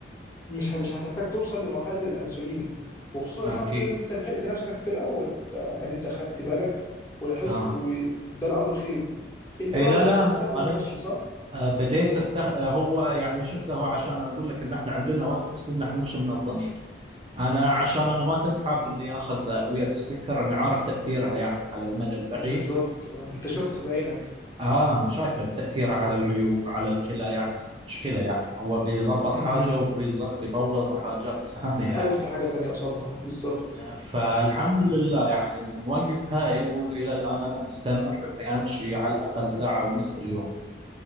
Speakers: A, on the left (about 15°); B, on the right (about 30°).
A: مش ه- مش هتحتاج توصل لمرحله الانسولين وخصوصا
B: اكيد
A: الحمد لله ان انت لحقت نفسك في الاول انت يعني انت خدت بالك ولاحظت
B: اه
A: وده لعله خير انت
B: اي
A: بقى
B: لا
A: بدات
B: لا
A: تستعمل
B: انا أنا-
A: المشي صح
B: آه، بديت استغ... آه، هو يعني شفته هو عشان اقول لك ان احنا عندنا وقت بس ان احنا مش منظمين انا عشان انا ما كنت حاب اني اخذ ادويه السكر انا عارف تاثيرها يعني على المدى البعيد
A: بالظبط آه، انت شفت بعينك
B: اه مشاكل تاثيرها على العيون وعلى الكلى يعني مشكله يعني هو بيضبط
A: مهم.
B: حاجه وبيبوظ حاجات <laughs> ثانيه يعني
A: الف حاجه تانية قصادها بالظبط
B: آه، فالحمد لله يعني من وقتها والى الان انا مستمر اني امشي على الاقل ساعه ونص في اليوم